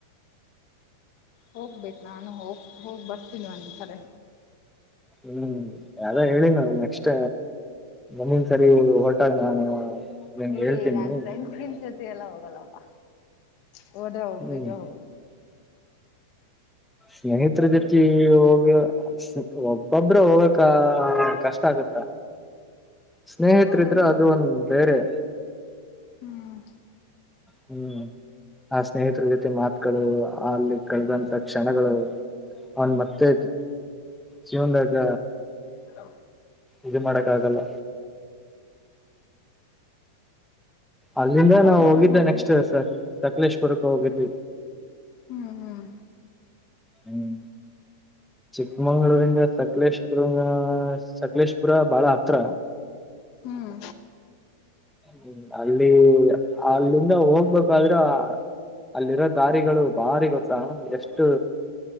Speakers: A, on the left; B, in the centre.
A: ಹೋಗ್ಬೇಕು ನಾನು ಹೋಗ್ ಹೋಗಿ ಬರ್ತೀನಿ <unintelligible> ಕರೆ.
B: ಹ್ಮ್ <unintelligible> ಹೇಳಿನ್ ಅಲ್ಲ ನೆಕ್ಸ್ಟ್ ಮುಂದಿನ್ ಸರಿ ಹೊರಟಾಗ್ ನಾನು.
A: <unintelligible>
B: ನಿನ್ಗೆ ಹೇಳ್ತೀನಿ
A: ನಾನ್ ಫ್ರೆಂಡ್ಸ್ <unintelligible> ಜೊತೆಗೆಲ್ಲ ಹೋಗಲ್ಲಪ್ಪ. ಹೋದ್ರೆ <unintelligible>
B: ಹ್ಮ್
A: ಹೋಗ್
B: ಸ್ನೇಹಿತ್ರರ ಜೊತಿ ಹೋಗ ಒಬ್ಬೊಬ್ರ ಹೋಗಕ ಕಷ್ಟ ಆಗ್ ಸ್ನೇಹಿತ್ರು
A: ನೋಡೋಣ
B: ಇದ್ರೆ ಅದು ಒಂದ್ ದೈರ್ಯ
A: ಹ್ಮ್
B: ಹ್ಮ್ ಆ ಸ್ನೇಹಿತ್ರು ಜೊತೆ ಮಾತುಗಳು ಅಲ್ಲಿ ಕಳದಂತ ಕ್ಷಣಗಳು ಅವನ್ ಮತ್ತೆ ಜೀವನ್ದಾಗ.
A: ಹಲೊ
B: ಇದು ಮಾಡಕ್ ಆಗಲ್ಲ. ಅಲ್ಲಿಂದ
A: ಹೋಗೋಣ
B: ನಾವು ಹೋಗಿದ್ದೆ
A: ಹೋಗೋಣ
B: ನೆಕ್ಸ್ಟ್ ಸ ಸಕಲೇಶ್ಪುರಕ್ಕೆ ಹೋಗಿದ್ವಿ.
A: ಹ್ಮ್ ಹ್ಮ್
B: ಹ್ಮ್ ಚಿಕ್ಕಮಂಗ್ಳೂರಿಂದ ಸಕಲೇಶ್ <unintelligible> ಸಕಲೇಶ್ ಪುರ ಬಾಳ ಹತ್ರ
A: ಹ್ಮ್
B: ಹ್ಮ ಅಲ್ಲಿ ಅಲ್ಲಿಂದ ಹೋಗ್ಬೇಕಾದ್ರ. ಅಲ್ಲಿರೋ ದಾರಿಗಳು ಬಾರಿ ಗೊತ್ತಾ ಎಷ್ಟು.